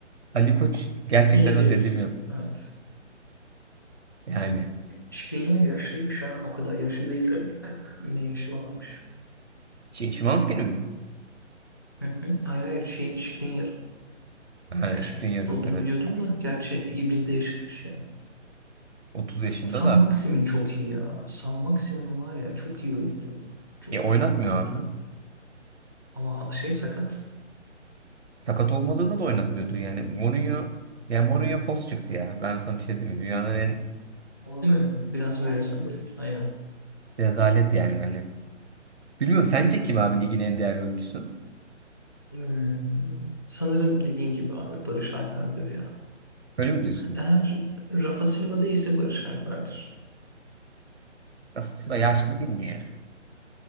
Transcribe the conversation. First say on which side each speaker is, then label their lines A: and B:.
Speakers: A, on the right; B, on the left.
A: Ali Koç gerçekten
B: Yine
A: o
B: verirsin.
A: dediğim yok.
B: Evet.
A: Yani
B: Şikrin yaşlıymış ha. O kadar yaşlı değil tabii de. Yine yaşı varmış.
A: şey, Szymański'nin mi?
B: Hı hı. Hayır hayır şeyin Skriniar
A: Ha,
B: yaşlı
A: Şikrin yarın
B: olduğunu
A: evet.
B: biliyordum da gerçi iyi bizde yaşatmış yani.
A: otuz yaşında
B: San
A: da.
B: Maximin çok iyi ya. San Maximin var ya çok iyi oyuncu. Çok
A: Ya oynatmıyor
B: çok iyi oyuncu.
A: abi.
B: Ama ha- şey sakat.
A: Sakat olmadığında da oynatmıyordu. Yani Mourinho yani Mourinho fos çıktı ya. Ben sana bir şey diyeyim mi? Dünyanın en
B: Değil mi? Biraz öyle sanki. Aynen.
A: rezalet yani hani. Bilmiyorum sence kim abi ligin en değerli oyuncusu?
B: Hmm. Sanırım dediğin gibi abi Barış Alper'dir ya.
A: Öyle mi diyorsun?
B: Eğer Rafa Silva değilse Barış Alper'dir.
A: Rafa yaşlı değil mi ya?